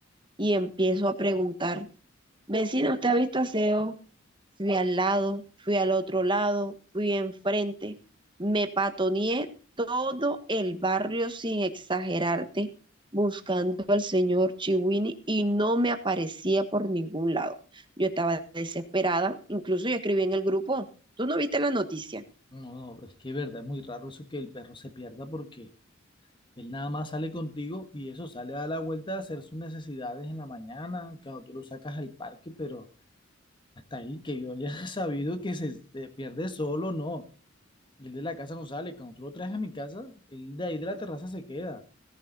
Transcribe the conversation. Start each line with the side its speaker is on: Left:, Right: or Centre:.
Right: y empiezo a preguntar, vecina, ¿usted ha visto a Zeus? Fui al lado, fui al otro lado, fui enfrente, me patoneé todo el barrio sin exagerarte, buscando al señor Chiwini y no me aparecía por ningún lado. Yo estaba desesperada, incluso yo escribí en el grupo, ¿tú no viste la noticia?
Left: No, no, es que es verdad, es muy raro eso que el perro se pierda porque él nada más sale contigo y eso sale a dar la vuelta a hacer sus necesidades en la mañana, cuando tú lo sacas al parque, pero... Hasta ahí que yo haya <laughs> sabido que se, se pierde solo, no. Y el de la casa no sale. Cuando tú lo traes a mi casa, él de ahí de la terraza se queda.